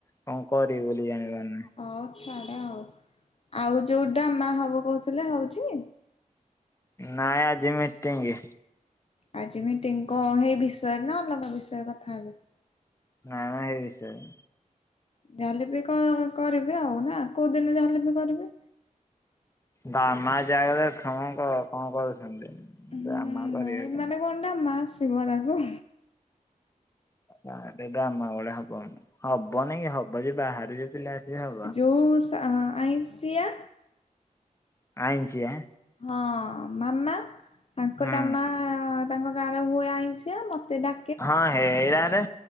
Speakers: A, on the left; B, on the left.
A: କଣ କରିବି ବୋଲି ଜାଣିପାରୁନି।
B: ହଉ ଛାଡ଼ ଆଉ। ଆଉ ଯୋଉଟା ମା ହବ କହୁଥିଲେ ହଉଛି?
A: ନାଇଁ ଆଜି ମିଟିଙ୍ଗି।
B: ଆଜି ମିଟିଂ କ ହେଇ ବିଷୟରେ ନା ଅଲଗା ବିଷୟରେ କଥା ହେଲେ?
A: ନାଇ ନାଇଁ ଏଇ ବିଷୟରେ।
B: ଯାହା ହେଲେବି କଣ କରିବେ ଆଉ ନା କୋଉ ଦିନ ଯାହାଲେ ବି କରିବେ?
A: ବ୍ରାମା ଜାଗାରେ କଣ କ କଣ କରୁଛନ୍ତି?
B: ହୁଁ
A: ଡ୍ରାମା କରିବେ।
B: ନାଇଁ
A: କେମିତି?
B: ମାନେ କଣଟା ମା ଶିବ ରାକୁ
A: ଗାଁରେ ଡ୍ରାମା ଭଳିଆ ହବ ହବନାଇଁ କି ହବ ଯେ ବାହାରେ ପିଲା ଆସିବେ ଆଉ।
B: ଯୋଉ ସ ଆଇଁଷିଆ
A: ଆଇଁଷିଆ!
B: ହଁ ମାମା ତାଙ୍କ
A: ହୁଁ
B: ଡାମା ତାଙ୍କ ଗାଁରେ ହୁଏ ଆଇଁଷିଆ ମତେ ଡା
A: ହଁ ହେଇପାରେ